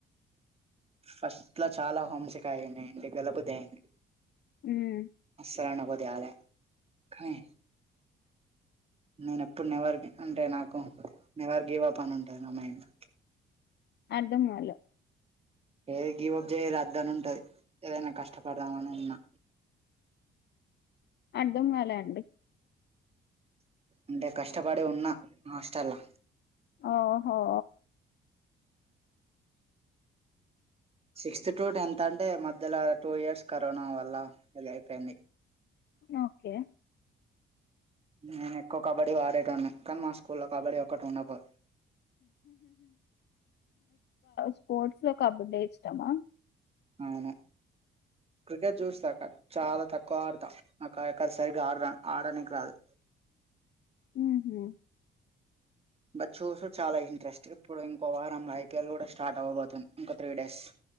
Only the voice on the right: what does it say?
ఫస్ట్ లో చాలా హోంసిక్ అయింది ఇంటికి వెళ్ళబుద్ధి అయింది
అసలు అన్నం బోద్ యాలే కానీ నేను ఎప్పుడు నెవర్ అంటే నాకు నెవర్ గివ్ అప్ అని ఉంటుంది నా మైండ్ లో
ఏది గీవప్ చేయద్దని ఉంటది ఏదైనా కష్టపడదామని ఉన్నా
అంటే కష్టపడి ఉన్న హాస్టల్లా
సిక్స్త్ టు టెన్త్ అంటే మధ్యలో టూ ఇయర్స్ కరోనా వల్ల ఇదయిపోయింది
నేను ఎక్కువ కబడ్డీ ఆడేటోన్ని కానీ మా స్కూల్లో కబడ్డీ ఒక్కటి ఉండపో
అవును క్రికెట్ చూస్తా అక్క చాలా తక్కువ ఆడతా నాకు ఎక్కడ సరిగా ఆడ ఆడడానికి రాదు
బట్ చూసుడు చాలా ఇంట్రెస్ట్ ఇప్పుడు ఇంకో వారం ఐపీఎల్ కూడా స్టార్ట్ అవ్వబోతుంది ఇంకో త్రీ డేస్